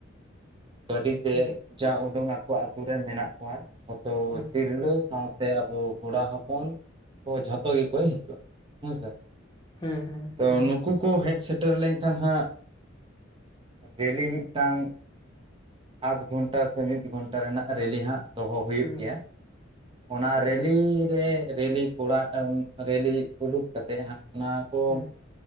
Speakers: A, on the right (about 25°); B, on the left (about 20°).
A: ᱜᱟᱹᱰᱤᱛᱮ
B: ᱦᱮᱸ
A: ᱡᱟ ᱩᱰᱩᱝ ᱠᱚ ᱟᱛᱳ ᱨᱮᱱ ᱢᱮᱱᱟᱜ ᱠᱚᱣᱟ ᱡᱚᱛᱚ
B: ᱦᱮᱸ ᱦᱮᱸ
A: ᱛᱤᱨᱞᱟᱹ ᱥᱟᱶᱛᱮ ᱟᱵᱚ ᱠᱚᱲᱟ ᱦᱚᱯᱚᱱ ᱠᱚ ᱡᱷᱚᱛᱚ ᱜᱮᱠᱚ ᱦᱤᱡᱩᱜᱼᱟ ᱦᱮᱸ ᱥᱮ
B: ᱦᱮᱸ ᱦᱮᱸ
A: ᱛᱚ ᱱᱩᱠᱩ ᱠᱚ ᱦᱮᱡ ᱥᱮᱴᱮᱨ ᱞᱮᱝᱠᱷᱟᱱ ᱦᱟᱸᱜ ᱨᱮᱞᱤ ᱢᱤᱫᱴᱟᱝ ᱟᱫᱽ ᱜᱷᱚᱱᱴᱟ ᱥᱮ ᱢᱤᱫ ᱜᱷᱚᱱᱴᱟ ᱨᱮᱱᱟᱜ ᱨᱮᱞᱤ ᱦᱟᱸᱜ ᱫᱚᱦᱚ ᱦᱩᱭᱩᱜ
B: ᱦᱮᱸ ᱦᱮᱸ
A: ᱜᱮᱭᱟ ᱚᱱᱟ ᱨᱮᱞᱤ ᱨᱮ ᱨᱮᱞᱤ ᱠᱚᱲᱟ ᱨᱮᱞᱤ ᱩᱰᱩᱠ ᱠᱟᱛᱮᱫ ᱦᱟᱸᱜ ᱚᱱᱟ ᱠᱚ
B: ᱦᱮᱸ